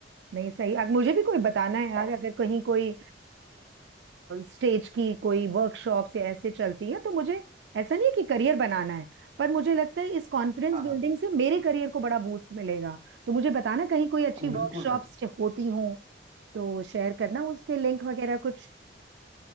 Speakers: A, on the right (about 75°); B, on the right (about 40°).
A: नहीं सही अग- मुझे भी कोई बताना है यार
B: और-
A: अगर कहीं कोई स्टेज की कोई वर्कशॉप से ऐसे चलती है तो मुझे ऐसा नहीं है कि करियर बनाना है पर मुझे लगता है इस कॉन्फिडेंस
B: हाँ
A: बिल्डिंग
B: हाँ
A: से मेरे करियर को बड़ा बूस्ट मिलेगा तो मुझे बताना कहीं कोई अच्छी
B: बिल्कुल
A: वर्कशॉप्स
B: मैम
A: होती हों तो शेयर करना उसके लिंक वगैरह कुछ